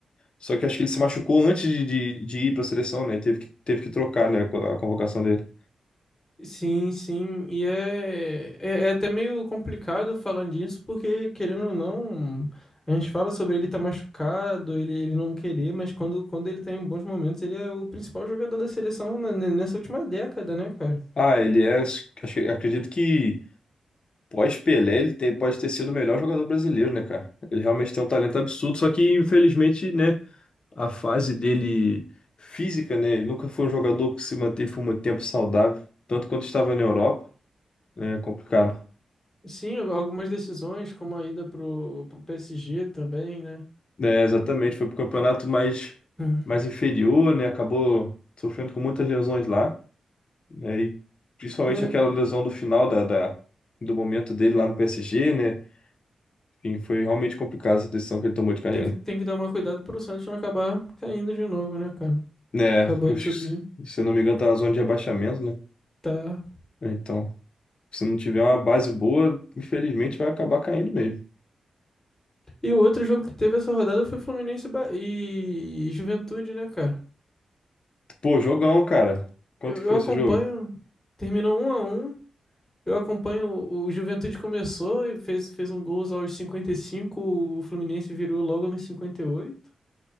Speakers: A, on the left; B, on the left.
A: Só que acho que ele se machucou antes de, de, de ir para a seleção, né? Teve que, teve que trocar, né, a convocação dele.
B: Sim, sim. E é, é, é até meio complicado falando disso, porque querendo ou não, a gente fala sobre ele estar tá machucado, ele, ele não querer, mas quando, quando ele tá em bons momentos, ele é o principal jogador da seleção na- ne- nessa última década, né, cara?
A: Ah, ele é. acho que- acredito que pós-Pelé ele te- pode ter sido o melhor jogador brasileiro, né, cara? Ele realmente tem um talento absurdo, só que infelizmente, né, a fase dele física, né? Ele nunca foi um jogador que se manteve por muito tempo saudável, tanto quanto estava na Europa, né? É Complicado.
B: Sim, al- algumas decisões, como a ida pro, pro PSG também, né?
A: É, exatamente, foi pro campeonato mais,
B: É,
A: mais inferior, né? Acabou sofrendo com muitas lesões lá. né? E principalmente
B: Mas
A: aquela lesão do final da, da- do momento dele lá no PSG, né? Enfim, foi realmente complicada essa decisão que ele tomou de carreira.
B: tem que, tem que tomar cuidado pro Santos não acabar caindo de novo, né, cara?
A: Né,
B: Acabou
A: porque eu
B: de
A: acho
B: subir.
A: que, se eu não me engano, tá na zona de rebaixamento, né?
B: Tá.
A: né, Então, se não tiver uma base boa, infelizmente vai acabar caindo mesmo.
B: E o outro jogo que teve essa rodada foi Fluminense e Ba- e Juventude, né, cara?
A: Pô, jogão, cara. Quanto
B: Eu,
A: que
B: eu
A: foi
B: acompanho.
A: esse jogo?
B: Terminou um a um. Eu acompanho. O o Juventude começou e fez, fez um gol aos 55. O Fluminense virou logo nos 58.